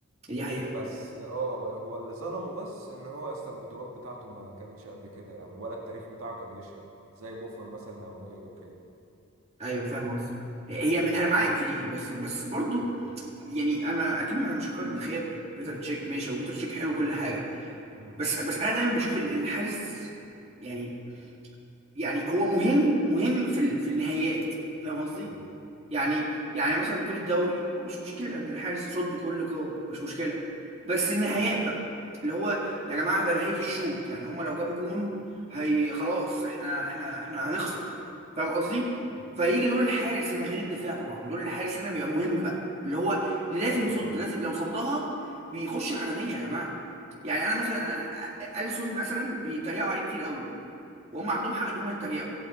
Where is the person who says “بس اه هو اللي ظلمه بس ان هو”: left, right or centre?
Right